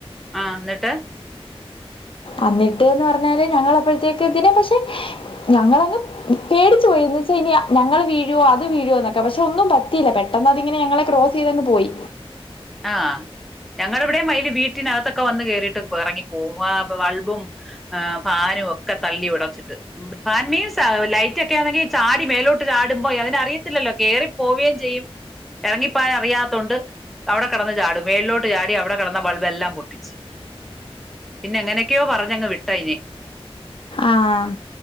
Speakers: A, in the centre; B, on the left.
A: ആഹ് ന്നിട്ട്
B: അന്നിട്ട്ന്ന് പറഞ്ഞാല് ഞങ്ങളപ്പോഴത്തേക്ക് പിന്നെ പക്ഷെ ഞങ്ങളങ് പേടിച്ച് പോയി ന്ന് വെച്ചാ ഇനി ഞങ്ങൾ വീഴുവോ അത് വീഴുവോ എന്നൊക്കെ പക്ഷെ ഒന്നും പറ്റിയില്ല പെ ഒന്നാതിങ്ങനെ ഞങ്ങളെ ക്രോസ് ചെയ്തങ് പോയി
A: ആഹ് ഞങ്ങളവിടെയും മൈല് വീട്ടിനകത്തൊക്കെ വന്ന് കേറിട്ട് എറങ്ങി പോവും ആഹ് വൾബും ആഹ് ഭാരോ ഒക്കെ തള്ളി വെടെ വെച്ചിട്ട് ഫാൻ മീൻസ് ലൈറ്റ് ഒക്കെ ആണെങ്കിൽ ചാടി മേലോട്ട് ചാടുമ്പോ അതിനറിയത്തില്ലല്ലോ കേറി പോവുകയും ചെയ്യും എറങ്ങിപ്പായാൻ അറിയാത്തോണ്ട് അവിടെ കെട്ന്ന് ചാടും മേളിലോട്ട് ചാടി അവിടെ കെടന്ന ബൾബല്ലാം പൊട്ടിച്ച് പിന്നെ എങ്ങനെയൊക്കെയോ പറഞ്ഞങ്ങ് വിട്ടയ്നെ
B: ആഹ്